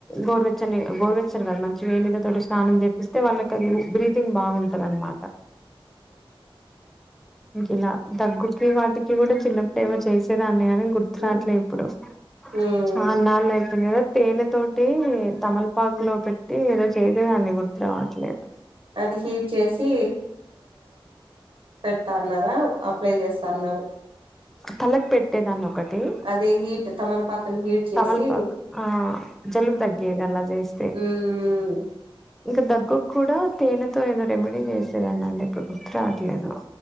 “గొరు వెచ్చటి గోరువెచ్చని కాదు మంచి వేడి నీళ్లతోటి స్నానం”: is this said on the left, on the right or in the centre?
Centre